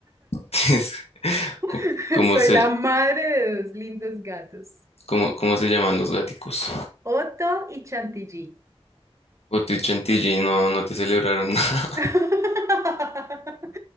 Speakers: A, on the left; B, on the right.
A: <laughs> ¿Cómo
B: <laughs>
A: cómo
B: Soy
A: se,
B: la madre de dos lindos gatos,
A: cómo, cómo se llaman los gaticos?
B: Otto y Chantilly.
A: O tu chantilly y no, no te celebraron <laughs> nada.
B: <laughs>